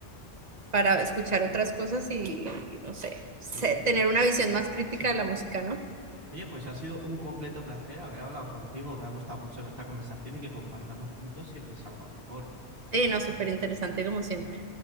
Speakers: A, on the right (about 40°); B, on the right (about 55°).
A: para escuchar otras cosas y, y no sé, se-
B: Sí,
A: tener una visión más crítica
B: sí.
A: de la música, ¿no?
B: Oye, pues ha sido un completo placer haber hablado contigo. Me ha gustado mucho nuestra conversación y que compartamos puntos siempre es algo a favor.
A: Sí, no, súper interesante como siempre.